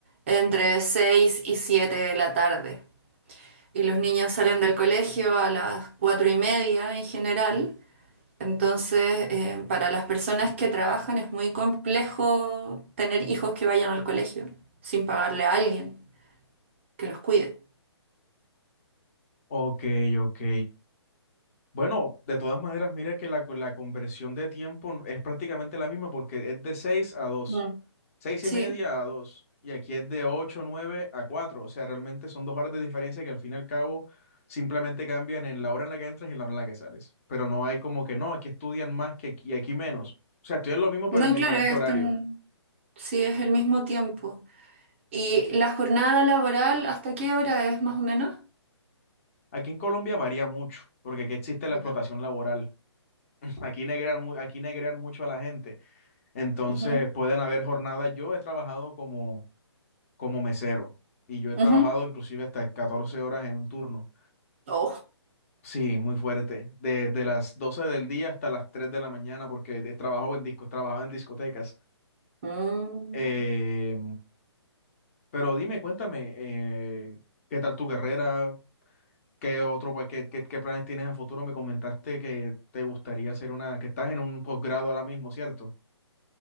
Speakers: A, on the right (about 25°); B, on the left (about 30°).
A: entre 6 y 7 de la tarde. Y los niños salen del colegio a las 4 y media en general. Entonces, eh, para las personas que trabajan es muy complejo tener hijos que vayan al colegio sin pagarle a alguien que los cuide.
B: Ok, ok. Bueno, de todas maneras, mira que la, co- la conversión de tiempo es prácticamente la misma porque es de 6 a dos
A: Mm.
B: seis
A: Sí,
B: y media a dos y aquí es de 8 9 a cuatro o sea, realmente son dos horas de diferencia que al fin y al cabo simplemente cambian en la hora en la que entras y en la hora en la que sales, pero no hay como que no, aquí estudian más que aquí y aquí menos, o sea, estudian lo mismo pero
A: no,
B: en diferente
A: claro, están,
B: horario.
A: sí, es el mismo tiempo. ¿Y la jornada laboral, hasta qué hora es más o menos?
B: Aquí en Colombia varía mucho, porque aquí existe la
A: Ya.
B: explotación laboral, <laughs> aquí negrean, mu- aquí negrean mucho a la gente, entonces
A: Ujú,
B: pueden haber jornadas, yo he trabajado como como mesero. Y yo he trabajado
A: ujú.
B: inclusive hasta 14 horas en un turno.
A: Oh.
B: Sí, muy fuerte. Desde las 12 del día hasta las 3 de la mañana, porque he trabajado en discos, trabajaba en discotecas.
A: Mm.
B: Eh, pero dime, cuéntame, eh, ¿qué tal tu carrera? ¿Qué otro, pues, qué, qué- qué planes tienes a futuro? Me comentaste que te gustaría hacer una, que estás en un posgrado ahora mismo, ¿cierto?